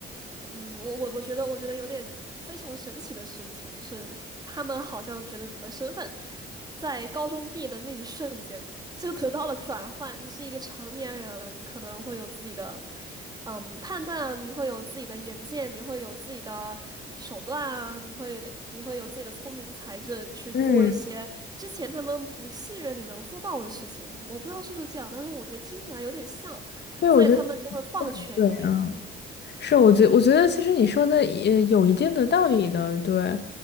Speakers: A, on the right; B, on the left.
A: 嗯，我我我觉得，我觉得有点非常神奇的事情，就是你他们好像觉得你的身份在高中毕业的那一瞬间就得到了转换，你是一个成年人了，你可能会有自己的嗯，判断你会有自己的眼界，你会有自己的手段啊，你会你会有自己的聪明才智去做一些之前他们不信任你能做到的事情。
B: 嗯，
A: 我不知道是不是这样，但是我觉得听起来有点像，
B: 对，
A: 所以他们就会放权给你。
B: 我觉得。对，嗯，是，我觉我觉得其实你说的也有一定的道理的，对。